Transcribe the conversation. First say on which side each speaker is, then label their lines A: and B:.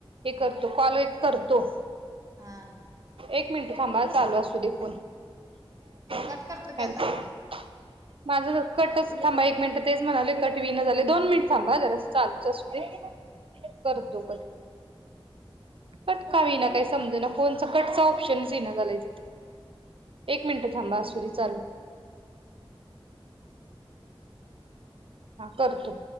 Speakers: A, on the right (about 70°); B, on the right (about 35°).
A: हे करतो कॉल करतो
B: हा
A: एक मिनिट थांबाा चालू असू दे फोन ह
B: कट करतो की आता
A: माझं कटच थांबा एक मिनिट तेच म्हणाले कट विन झाले दोन मिनिट थांबा जरा चालू करतो
B: हा
A: कट कट कावी ना काही समज ना फोनच कटच ऑप्शनच ये ना झालाय तिथं एक मिनिटं थांबा असुदे चालू हा करतो